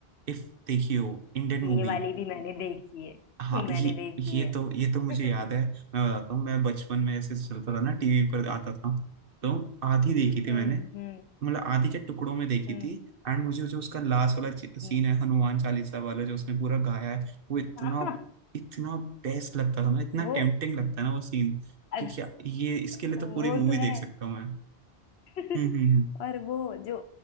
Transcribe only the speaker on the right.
इफ देखी हो इंडियन मूवी
हाँ
ये
ये
तो ये तो मुझे
याद है मैं बताता हूँ मैं बचपन में ऐसे चलता था ना टीवी पर आता था तो आधी देखी थी
मैंने
मतलब आधी के टुकड़ों में देखी
थी एंड मुझे जो उसका लास्ट वाला सीन
है हनुमान चालीसा वाला जो उसने पूरा गाया है वो इतना
इतना बेस्ट लगता था ना इतना
टेम्पटिंग लगता है ना वो सीन
कि क्या ये इसके लिए तो
पूरी मूवी
देख
सकता हूँ मैं हम्म
हम्म